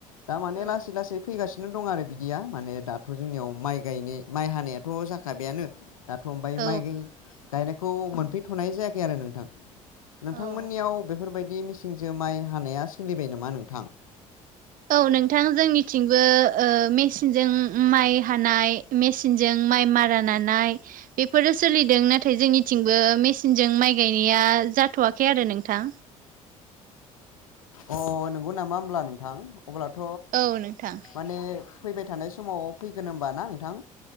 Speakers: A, on the left; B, on the right.
A: दा माने
B: औ
A: लासै लासै फैगासिनो नो दं आरो बिदिया माने दाथ' जोंनियाव माइ गायनाय माइ हानायाथ' जाखाबायानो दाथ' ओमफाय
B: औ
A: माय गाय गायनायखौ मोनफैथ'नाय जायाखै आरो नोंथां नोंथांमोननियाव
B: औ
A: बेफोरबायदि मेचिनजों माइ हानाया सोलिबाय नामा नोंथां?
B: औ नोंथां जोंनिथिंबो ओ मेचिनजों ओम माइ हानाय मेचिनजों माइ मारा नानाय बेफोरो सोलिदों नाथाय जोंनिथिंबो मेचिनजों माइ गायनाया जाथ'वाखै आरो नोंथां
A: अ नंगौ नामा होनब्ला नोंथां अब्लाथ'
B: औ नोंथां
A: माने फैबाय थानाय समाव फैगोन होमबा ना नोंथां